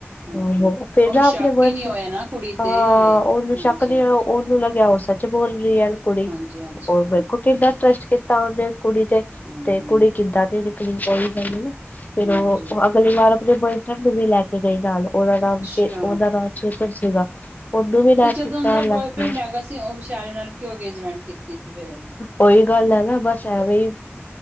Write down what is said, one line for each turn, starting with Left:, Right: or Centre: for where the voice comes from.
Right: ਹਾਂਜੀ
Left: ਆਹੋ ਫਿਰ
Right: ਉਹਨੂੰ
Left: ਨਾ
Right: ਸ਼ੱਕ
Left: ਆਪਣੇ ਮਨ
Right: ਹੀ ਨਹੀਂ ਹੋਇਆ
Left: ਨੂੰ <unintelligible>
Right: ਨਾ ਕੁੜੀ
Left: ਆਂ
Right: ਤੇ
Left: ਉਹਨੂੰ ਸ਼ੱਕ
Right: ਹਾਂਜੀ
Left: ਜਿਹਾ ਉਹਨ ਉਹਨੂੰ ਲੱਗਿਆ ਉਹ ਸੱਚ ਬੋਲ ਰਹੀ ਐ ਕੁੜੀ,
Right: ਹਾਂਜੀ ਹਾਂਜੀ
Left: ਉਹ ਵੇਖੋ ਕਿੰਨਾ ਟਰੱਸਟ ਕੀਤਾ ਉਹਨੇ ਕੁੜੀ ਤੇ
Right: ਹਮ
Left: ਤੇ ਕੁੜੀ ਕਿੱਦਾਂ ਦੀ ਨਿਕਲੀ ਉਹੀ ਗੱਲ ਨਾ ਫੇਰ
Right: ਹਾਂਜੀ
Left: ਉਹ ਅਗਲੀ ਵਾਰ ਆਪਣੇ ਬੁਆਏ ਉਹਨੂੰ ਵੀ ਲੈ ਕੇ ਗਈ ਨਾਲ, ਉਹਦਾ ਨਾਮ
Right: ਅੱਛਾ
Left: ਚੇ ਉਹਦਾ ਨਾਮ ਚੇਤਨ ਸੀਗਾ। ਉਹਨੂੰ ਵੀ ਲੈ
Right: ਤੇ ਜਦੋਂ
Left: ਕੇ
Right: ਔਂਦਾ
Left: ਨਾਲ ਲੈ
Right: ਬੁਆਏਫਰੈਂਡ
Left: ਕੇ
Right: ਹੈਗਾ ਸੀ, ਉਹ ਵਿਚਾਰੇ ਨਾਲ ਕਿਉਂ ਅੰਗੇਜਮੈਂਟ ਕੀਤੀ ਸੀ ਫੇਰ ਏ
Left: ਉਹੀ ਗੱਲ ਐ ਨਾ ਬਸ ਐਵੇਂ ਈ